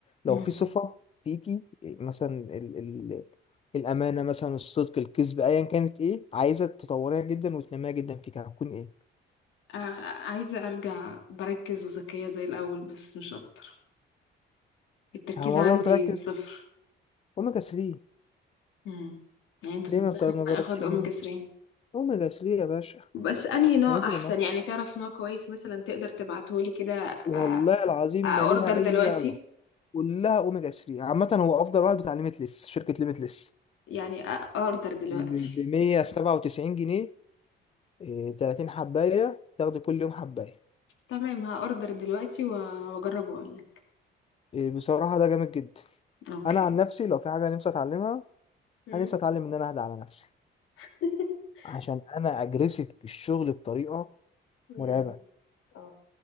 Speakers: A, on the left; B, on the left.
A: لو
B: مم.
A: في صفه فيكي إيه مثلا ال ال الامانه مثلا الصدق الكذب ايا كانت ايه عايزه تطوريها جدا وتنميها جدا فيك هتكون ايه
B: آه، عايزه ارجع بركز وذكيه زي الاول بس مش اكتر التركيز
A: هو الموضوع
B: عندي
A: بتركز
B: صفر
A: اوميجا 3
B: مم. يعني انت
A: ليه
B: تنصحني
A: ما بت- ما
B: إن
A: جربتش
B: أنا اخد اوميجا
A: اوميجا
B: 3
A: اوميجا 3 يا باشا
B: بس انهي نوع
A: هيفرق
B: احسن
A: معاك
B: يعني تعرف نوع كويس مثلا تقدر تبعتهولي كده آه،
A: والله العظيم
B: آه،
A: ما
B: اوردر
A: ليها اي
B: دلوقتي
A: علاقه كلها اوميجا 3 عامه هو افضل واحد بتاع ليميتلس شركه ليميتلس
B: يعني آه، اوردر دلوقتي
A: ب 197 جنيه إيه، 30 حبايه تاخدي كل يوم حبايه
B: تمام هأوردر دلوقتي و- وأجرب وأقولك
A: إيه، بصراحه ده جامد جدا
B: أوكي
A: انا عن نفسي لو في حاجه أنا نفسي اتعلمها
B: مم.
A: انا نفسي اتعلم ان انا اهدى على نفسي
B: <laughs>
A: عشان انا اجريسيف في الشغل بطريقه
B: مم.
A: مرعبه
B: اه